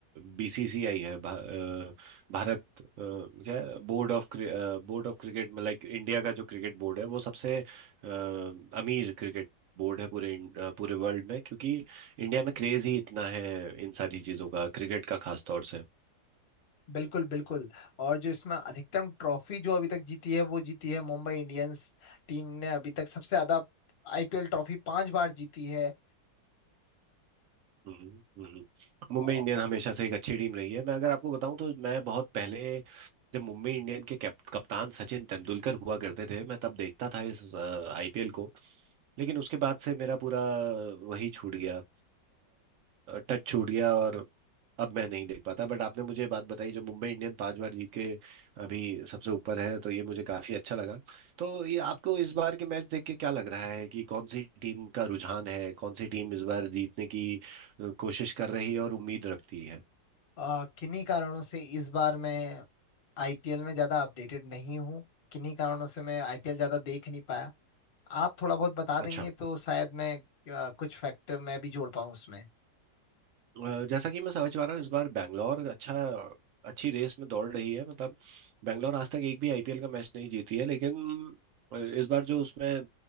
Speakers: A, on the right; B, on the left.
A: बीसीसीआई है भा, अ, भारत अ, क्या है बोर्ड ऑफ बोर्ड ऑफ क्रिकेट मतलब लाइक इंडिया का जो क्रिकेट बोर्ड है वो सबसे अ, अमीर क्रिकेट बोर्ड है पूरे इंड- अ, पूरे वर्ल्ड में क्योंकि इंडिया में क्रेज ही इतना है इन सारी चीज़ों का क्रिकेट का खास तौर से
B: बिल्कुल बिल्कुल और जो इसमें अधिकतम ट्रॉफी जो अभी तक जीती है वो जीती है मुंबई इंडियंस टीम ने अभी तक सबसे ज्यादा आईपीएल ट्रॉफी पांच बार जीती है
A: हम्म हम्म। हम्म। मुंबई
B: और
A: इंडियन हमेशा से एक अच्छी टीम रही है मैं अगर आपको बताऊं तो मैं बहुत पहले जब मुंबई इंडियन के कैप- कप्तान सचिन तेंदुलकर हुआ करते थे मैं तब देखता था इस आईपीएल को लेकिन उसके बाद से मेरा पूरा वही छूट गया टच छूट गया और अब मैं नहीं देख पाता बट आपने मुझे ये बात बताई जो मुंबई इंडियन पांच बार जीत के अभी सबसे ऊपर है तो ये मुझे काफी अच्छा लगा तो ये आपको इस बार के मैच देख के क्या लग रहा है कि कौन सी टीम का रुझान है कौन सी टीम इस बार जीतने की अ, कोशिश कर रही है और उम्मीद रखती है
B: आ, किन्हीं कारणों से इस बार मैं आईपीएल में ज्यादा अपडेटेड नहीं हूँ किन्हीं कारणों से मैं आईपीएल ज्यादा देख नहीं पाया आप थोड़ा बहुत बता
A: अच्छा
B: देंगे तो शायद मैं आ, कुछ फैक्टर मैं भी जोड़ पाऊँ उसमें
A: अ, जैसा कि मैं समझ पा रहा हूँ इस बार बैंगलोर अच्छा अच्छी रेस में दौड़ रही है मतलब बैंगलोर आज तक एक भी आईपीएल का मैच नहीं जीती है लेकिन अ, इस बार जो उसमें